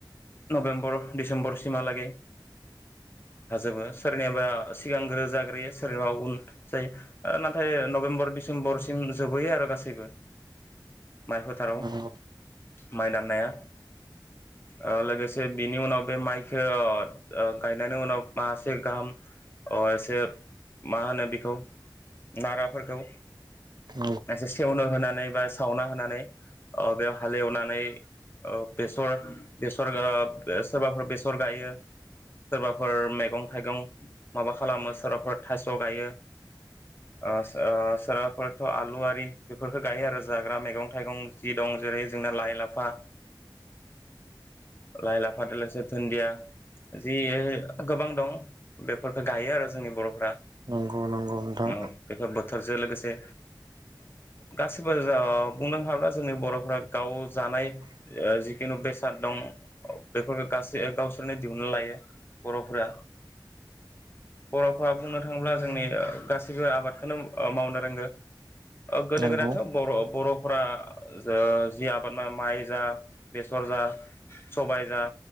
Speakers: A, on the left; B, on the right.
A: नभेम्बर डिसेम्बरसिमहालागै <inaudible> हाजोबो सोरनिबा। सिगांग्रो जाग्रोयो सोरबा उन जायो नाथाय नभेम्बर डिसेम्बरसिम जोबबोैयो आरो गासै माइ फोथाराव
B: नंगौ
A: माइ दान्नाया ओ लोगोसे बिनि उनाव बे माइख ओ गायनायनि उनाव माखासे गाहाम। अ एसे मा होनो बेखौ नाराफोरखौ
B: नंगौ
A: एसे सेवनो होनानै <unintelligible> सावना होनानै ओ बेयाव हालेवनानै ओ बेसर बेसर सोरबाफोर बेसर गायो सोरबाफोर मैगं थाइगं। माबा खालामो सोरबाफोर थास' गायो। ओ आ सोरा। थ' आलुआि बेफोरफोरखौ गायो आरो जाग्रा मैगं थाइगं जि दं जेरै जोंना लाइ लाफा लाय लाफादो लोगोसे दोन्दिया जि गोबां दं बे फोरखो गायो आरो जोंनि बर'फ्रा
B: नंगौ नंगौ नोंथां
A: औ बेफोर बोथोरजों लोगोसे गासिबो जा ओ बुंनो हाब्ला जोंनि बर'फोरा गाव जानाय ओ जिखु बे फाल दं। <unintelligible> बेफोर गासै गावसोरनो दिहुनना लायो। बर'फोरा बर'फ्रा बुंनो थाङोब्ला जोंनि गासैबो आबादखोनो ओ मावनो रोंगो ओ गोदो
B: नंगौ
A: गोदायथ' बर' बर' फोरा जों जि आबाद माव माइ जा बेसर जा सबाय जा